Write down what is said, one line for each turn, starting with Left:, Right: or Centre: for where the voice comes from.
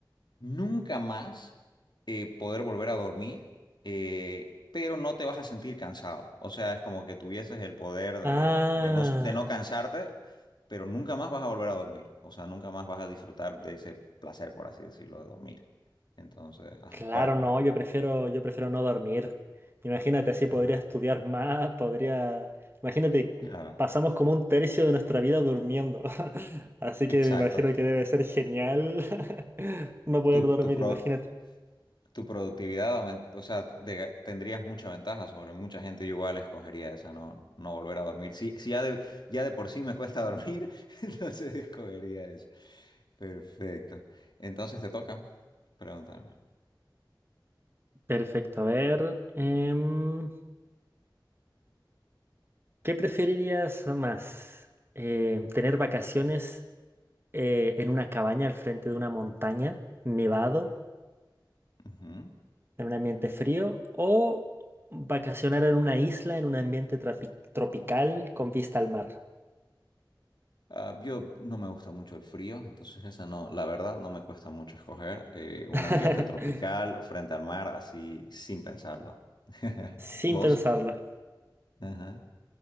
Left: nunca más eh, poder volver a dormir, eh, pero no te vas a sentir cansado. O sea, es como que tuvieses el poder de,
Right: Ah.
Left: de no, de no cansarte, pero nunca más vas a volver a dormir. O sea, nunca más vas a disfrutar de ese placer, por así decirlo, de dormir. Entonces, ajá,
Right: Claro,
Left: ¿cuál escogerías?
Right: no, yo prefiero, yo prefiero no dormir. Imagínate, así podría
Left: Ajá,
Right: estudiar más, podría... Imagínate,
Left: claro.
Right: pasamos como un tercio de nuestra vida durmiendo. <laughs> Así que
Left: Exacto.
Right: me imagino que debe ser genial <laughs> no poder
Left: Tu,
Right: dormir,
Left: tu pro-
Right: imagínate.
Left: Tu productividad aumenta, o sea, de- tendrías mucha ventaja sobre mucha gente. Yo igual escogería esa, no, no volver a dormir. Si, si ya de, ya de por sí me cuesta dormir, <laughs> entonces escogería eso. Perfecto. Entonces te toca preguntarme.
Right: Perfecto, a ver. em, ¿qué preferirías más? Em, ¿tener vacaciones eh, en una cabaña al frente de una montaña, nevado?
Left: Ujú.
Right: en un ambiente frío o vacacionar en una isla en un ambiente trapi- tropical con vista al mar.
Left: Ah, yo no me gusta mucho el frío, entonces esa no, la verdad no me cuesta mucho escoger eh, un
Right: <laughs>
Left: ambiente tropical frente al mar, así sin pensarlo. <laughs>
Right: Sin
Left: ¿Vos?
Right: pensarlo.
Left: Ajá.